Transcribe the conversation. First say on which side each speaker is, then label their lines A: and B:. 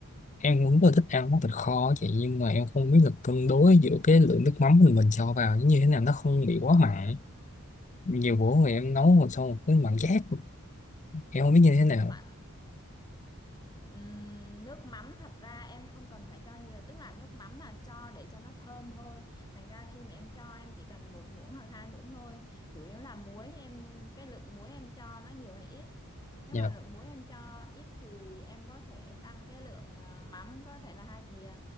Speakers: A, on the left; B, on the left.
A: em cũng rất là thích ăn món thịt kho á chị nhưng mà em không biết là cân đối giữa cái lượng nước mắm mình mình cho vào như thế nào nó không bị quá mặn. Nhiều bữa người em nấu rồi xong một cái mặn chát em không biết như thế nào.
B: mà Ừm, nước mắm thật ra em không cần phải cho nhiều tức là nước mắm là cho để cho nó thơm thôi thành ra khi mà em cho em chỉ cần một muỗng hoặc hai muỗng thôi chủ yếu là muối em cái lượng muối em cho nó nhiều hay ít nếu
A: Dạ
B: mà lượng muối em cho ít thì em có thể tăng cái lượng ờ, mắm có thể là hai thìa